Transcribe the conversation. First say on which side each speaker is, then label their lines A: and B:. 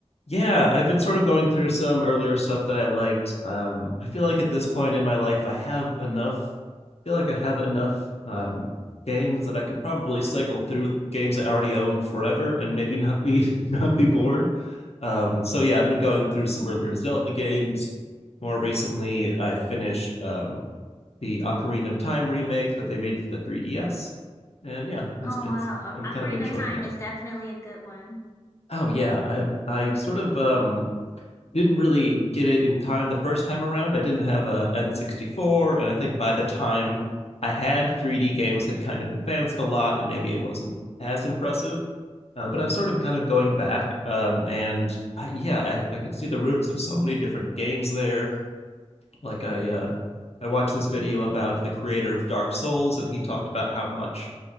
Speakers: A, on the left; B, on the left.
A: Yeah, I've been sort of going through some earlier stuff that I liked. Um, I feel like at this point in my life, I have enough. I feel like I have enough um, games that I could probably cycle through games I already own forever and maybe not be <laughs> not be bored. Um, so yeah, I've been going through some earlier Zelda games. More recently, I finished um, the Ocarina of Time remake that they made for the 3DS, and yeah, it's
B: Oh,
A: it's
B: wow.
A: I'm
B: O- Ocarina
A: kind of enjoying
B: of Time
A: that.
B: is definitely a good one.
A: Oh yeah, I've I sort of um didn't really get it in time the first time around. I didn't have a N64, and I think by the time I had 3D games had kind of advanced a lot, and maybe it wasn't as impressive. Uh, but I've sort of kind of going back, um, and I, yeah, I, I could see the roots of so many different games there. Like I uh I watched this video about the creator of Dark Souls and he talked about how much